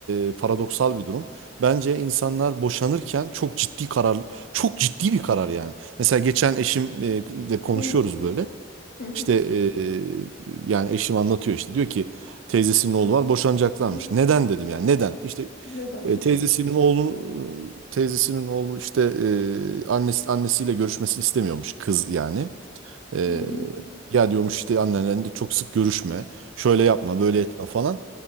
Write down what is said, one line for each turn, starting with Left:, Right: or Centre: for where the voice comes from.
Right: e, paradoksal bir durum. Bence insanlar boşanırken çok ciddi karar, çok ciddi bir karar yani. Mesela geçen eşimle konuşuyoruz
Left: Hı hı.
Right: böyle.
Left: Hı hı.
Right: İşte e, e, yani eşim anlatıyor işte diyor ki teyzesinin oğlu var boşanacaklarmış.
Left: Hı hı.
Right: Neden dedim yani neden? İşte
Left: Nedenmiş?
Right: e, teyzesinin oğlu teyzesinin oğlu işte e, annesi annesiyle görüşmesini istemiyormuş kız yani. E,
Left: Hı hı.
Right: ya diyormuş işte annenle de çok sık görüşme. Şöyle yapma, böyle etme falan.